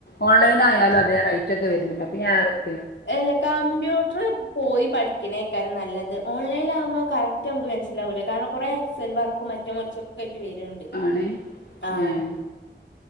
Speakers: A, on the left; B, on the left.
A: ഓൺലൈനായാലും അതേ റേറ്റ് ഒക്കെ വരുന്നുണ്ട് അപ്പൊ പിന്നെ ഞാവടെ
B: എല്ല കമ്പ്യൂട്ടർ പോയി പഠിക്കണേക്കാരം നല്ലത് ഓൺലൈന്ൽ ആകുമ്പോ കറക് റ്റൊന്ന് നമ്മക്ക് മനസിലാവൂല കാരണം കുറെ എക്സൽ വർക്കും മറ്റെം മറച്ചൊക്കെ ആയിട്ട് വരുണ്ട്
A: ആണ്
B: ആഹ്
A: ഏഹ്